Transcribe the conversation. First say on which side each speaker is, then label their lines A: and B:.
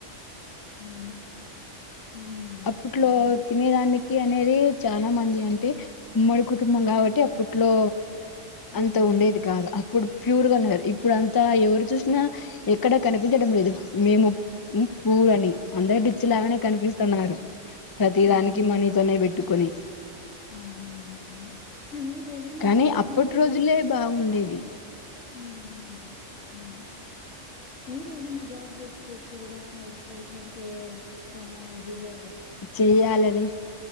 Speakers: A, on the left (about 75°); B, on the left (about 30°).
A: అవును. హ్మ్.
B: అప్పట్లో
A: అదేమో
B: తినేదానికి
A: కరెక్ట్.
B: అనేది చానా మంది అంటే ఉమ్మడి కుటుంబం
A: హ్మ్.
B: కాబట్టి అప్పుడు ఇంట్లో
A: హ్మ్.
B: అంత
A: హ్మ్.
B: ఉండేది కాదు అప్పుడు ప్యూర్ గా ఉన్నారు. ఇప్పుడు అంతా ఎవరు చూసినా ఎక్కడ కనిపించడం. లేదు మేము ప్యూర్ అని అందరు డిచ్చి లాగానే
A: అవును.
B: కనిపిస్తున్నారు. ప్రతి
A: అవును.
B: దానికి మనీ తోనే పెట్టు కొన్ని
A: అవునవును. మరి మీరేదైనా
B: కానీ
A: జాబ్
B: అప్పటి
A: జేయొచ్చు
B: రోజులే బాగుండేవి.
A: హమ్మ అవును మీరు ఏదైనా జాబ్ చేసుకోవచ్చు మచ్చు కదాస అంటే చాలా ఇది గా
B: చెయ్యాలని